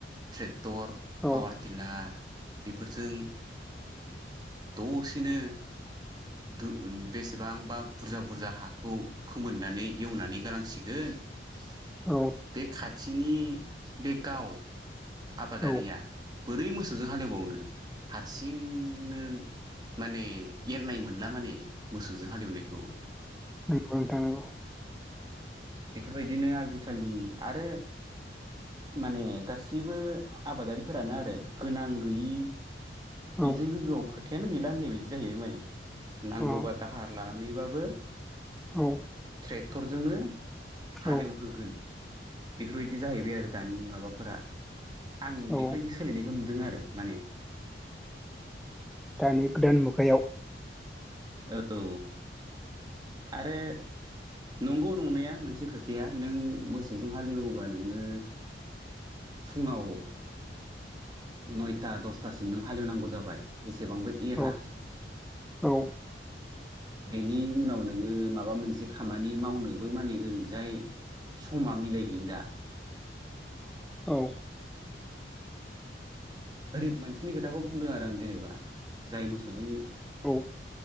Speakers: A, on the right (about 25°); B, in the centre.
A: ट्रेक्टर
B: औ
A: पावार टिलार बेफोरजों दसेनो दु बेसेबांबा बुरजा बुरजा हाखौ फोमोननानै एवनानै गालांसिगोन बे
B: औ
A: खाथिनि बे गाव आबादारिया
B: औ
A: बोरै मोसौजों हालेवबावनो हारसिंनो माने एरनाय मोनला माने मोसौजों हालएवनायखौ
B: नंगौ नोंथां नंगौ
A: बेफोरबायदिनो आजिखालि आरो माने गासैबो आबादारिफोरानो आरो गोनां गैयि बेजों
B: औ
A: लोगोआव खोथायानो गैला होननाय बायदि जाहैबाय माने नांगौबा
B: अ
A: दाहार ला नैबाबो
B: औ
A: ट्रेक्टरजोंनो हालएवहोगोन
B: औ
A: बेफोरबायदि जाहैबाय आरो दानि माबाफोरा आं
B: औ
A: बेफोरबायदि सोलायनायखौ नु दों आरो माने
B: दानि गोदान मुगायाव
A: औ आरो नंगौ नंनाया मोनसे खोथा गैया नों मोसौजों हालेवोबा नोङो फुङाव नयथा दसथासिम नों हालेवनांगौ जाबाय एबांबो एरला
B: औ औ
A: बेनि उनाव नोङो माबा मोनसे खामानि मावनोबो माने ओरैजाय समा मिलायहैला
B: औ।
A: गोरिब मानसिनि खोथाखौ बुंदों आरो आं जेनेबा जाय मोसौजों
B: औ।